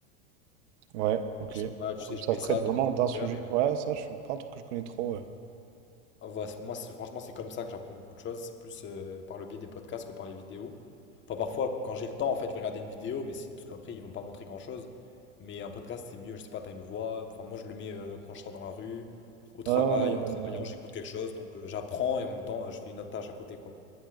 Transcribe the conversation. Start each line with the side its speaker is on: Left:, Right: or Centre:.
Right: ouais, ok.
Left: Je sais pas, tu sais,
Right: Donc
Left: je
Right: ça
Left: mets
Right: se
Left: ça
Right: traite vraiment
Left: dans mes écouteurs.
Right: d'un sujet.
Left: et-
Right: Ouais, ça, je suis pas un truc que je connais trop. Ouais,
Left: Ah, voilà, moi, c'est franchement, c'est comme ça que j'apprends beaucoup de choses. C'est plus euh, par le biais des podcasts que par les vidéos. Enfin, parfois, quand j'ai le temps, en fait, je vais regarder une vidéo, mais c'est- parce qu'après, ils vont pas montrer grand-chose. Mais un podcast, c'est mieux. Je sais pas, t'as une voix. Enfin, moi, je le mets euh, quand je sors dans la rue, au travail,
Right: ouais, ouais, ouais,
Left: en travaillant,
Right: ouais. ouais.
Left: j'écoute quelque chose. Donc, euh, j'apprends et en même temps, euh, je fais une autre tâche à côté, quoi.